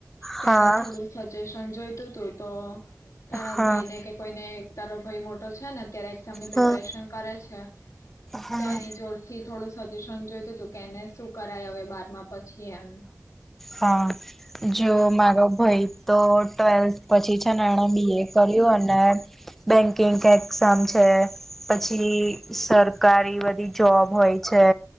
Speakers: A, on the left; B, in the centre.
A: તેને
B: હા
A: થોડું સજેશન જોઈ. તો તો <inaudible> તારા
B: હા
A: ભાઈ ને કે કોઈને તારો ભાઈ મોટો છે ને. ત્યારે એક્ઝામની પ્રિપરેશન
B: હા
A: કરે છે.
B: હા
A: તો એની જોડ થી થોડું સજેશન જોઈ તું તુ કેને શું કરાય હવે બારમાં પછી? એમ
B: હા
A: હા
B: જો મારો ભાઈ તો ટ્વેલ્થ પછી છે ને એણે બી એ કર્યું અને. બેંકિંગ એક્ઝામ છે. પછી સર સરકારી બધી જોબ હોય છે.